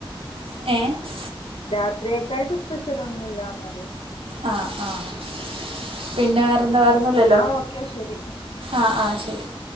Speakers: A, on the right; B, on the left.
A: ഏഹ്
B: രാത്രിയക്കായിട്ട് സ്പെഷ്യൽ ഒന്നുല്ലന്ന്റിയ.
A: ആഹ് ആഹ് പിന്നെ വേറെന്താ വേറെന്നുംല്ലല്ലോ?
B: എന്നാ ഓക്കെ ശരി
A: ആഹ് ആഹ് ശരി